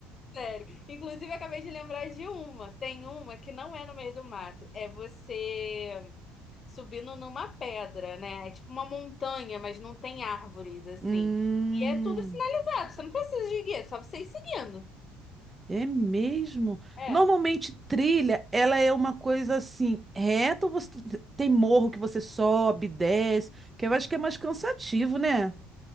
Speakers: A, on the left; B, on the right.
A: Sério. Inclusive, eu acabei de lembrar de uma. Tem uma que não é no meio do mato. É você subindo numa pedra, né? É tipo uma montanha, mas não tem árvores, assim.
B: Hum,
A: E é tudo sinalizado. Você não precisa de guia, é só você ir seguindo.
B: é mesmo.
A: É.
B: Normalmente trilha, ela é uma coisa assim, reta ou você tem morro que você sobe, desce, que eu acho que é mais cansativo, né?